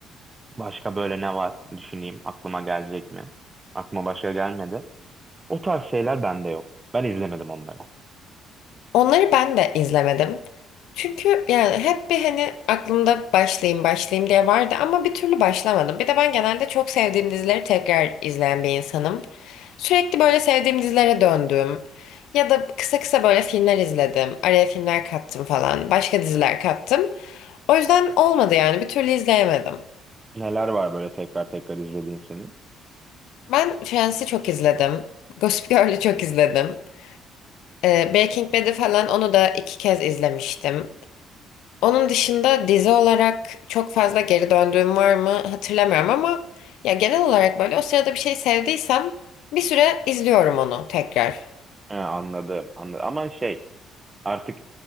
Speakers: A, on the right (about 25°); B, on the left (about 75°).
A: Başka böyle ne var? Düşüneyim aklıma gelecek mi? Aklıma başka gelmedi. O tarz şeyler bende yok. Ben izlemedim onları.
B: Onları ben de izlemedim. Çünkü yani hep bir hani aklımda başlayayım başlayayım diye vardı ama bir türlü başlamadım. Bir de ben genelde çok sevdiğim dizileri tekrar izleyen bir insanım. Sürekli böyle sevdiğim dizilere döndüm. Ya da kısa kısa böyle filmler izledim. Araya filmler kattım falan. Başka diziler kattım. O yüzden olmadı yani bir türlü izleyemedim.
A: Neler var böyle tekrar tekrar izlediğin senin?
B: Ben Friends'i çok izledim. Gossip Girl'ü çok izledim. Ee, Breaking Bad'i falan onu da iki kez izlemiştim. Onun dışında dizi olarak çok fazla geri döndüğüm var mı hatırlamıyorum ama ya genel olarak böyle o sırada bir şey sevdiysem bir süre izliyorum onu tekrar.
A: He, anladım, anladım. Ama şey... Artık